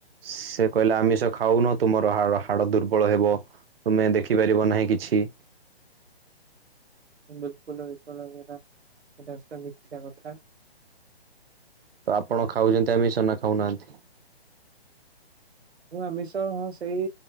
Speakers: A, on the right; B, on the right.
A: ସେ କହିଲେ ଆମିଷ ଖାଉନ, ତୁମର ହ ହାଡ଼ ଦୁର୍ବଳ ହେବ। ତୁମେ ଦେଖିପାରିବ ନାହିଁ କିଛି।
B: ବିଲକୁଲ ବିଲକୁଲ ସେଟା ସେଟା ମିଥ୍ୟା କଥା।
A: ତ ଆପଣ ଖାଉଛନ୍ତି ଆମିଷ ନା ଖାଉନାହାନ୍ତି?
B: ମୁଁ ଆମିଷ ହଁ ସେଇ